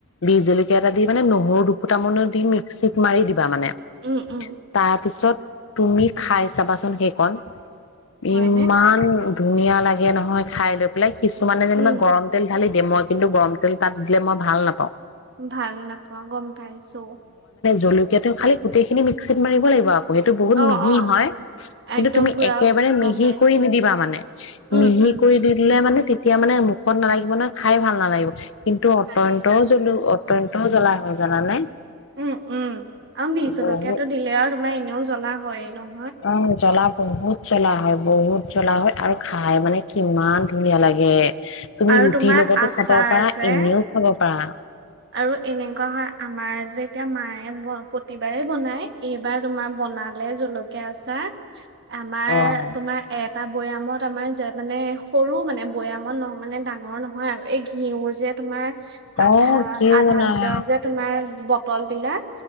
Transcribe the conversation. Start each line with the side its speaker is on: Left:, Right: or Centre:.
Left: বিজেল টা দি মানে নহৰু দুফুটামানো দি মিক্সিত মাৰি দিবা মানে
Right: উম উম
Left: তাৰপিছত তুমি খাই চাবাচোন সেইকণ
Right: হয়নে
Left: ই মান ধুনীয়া লাগে নহয় খাই লৈ পেলাই কিছুমানে যেনিবা
Right: উম
Left: তেল ঢালি দিয়ে মই কিন্তু গৰম তেল তাত দিলে মই ভাল নাপাওঁ।
Right: ভাল নাপোৱা গম পাইছো।
Left: জলকীয়াাতটো খালি গোটেইখিনি মিক্সিত মাৰিব লাগিব আ সেইটো বহুত
Right: অ
Left: মিহি
Right: অ
Left: হয় কিন্তু
Right: একদম
Left: তুমি
Right: পুৰা
Left: একেবাৰে
Right: গম
Left: মিহি
Right: পাইছো
Left: কৰি নিদিবা মানে
Right: উম
Left: মিহি
Right: উম
Left: কৰি
Right: উম
Left: দি‌দিলে মানে তেতিয়া মানে সখত নালাগিব নহয় খাই ভাল নালাগিব কিন্তু অতন্ত
Right: ভাল নালাগে
Left: জ নটোও জ্বলা হয় জানানে।
Right: উম উম আৰু বি জলকীয়াাতটো
Left: বহুত
Right: দিলে আৰু তোমাৰ এনেও জ্বলা হয় ন'।
Left: উম জলাপ বহুত জ্বলা হয় বহুত জ্বলা হয় আৰু খাই মানে কিমান ধুনীয়া লাগে তুমি
Right: আৰু
Left: ৰুটিৰ
Right: তোমাৰ
Left: লগতো
Right: আচাৰ
Left: খাব পাৰা
Right: যে
Left: এনেও খাব পাৰা।
Right: আৰু এনেকুৱা হয় আমাৰ যে এতিয়া মায়ে প্ৰতিবাৰে বনায় এইবাৰ তোমাৰ বনালে জলক থিকে আছা আমাৰ
Left: অ',
Right: তোমাৰ এপ তটা বৈয়ামত আমাৰ যে মানে সৰু মানে বৈয়ামত নহ মানে ডাঙৰ নহয় আৰু এই ঘিউুৰ যে তোমাৰ
Left: অ
Right: আধা
Left: কিয়
Right: আধা
Left: নাই
Right: লিটাৰ যে তোমাৰ বটল বিলাক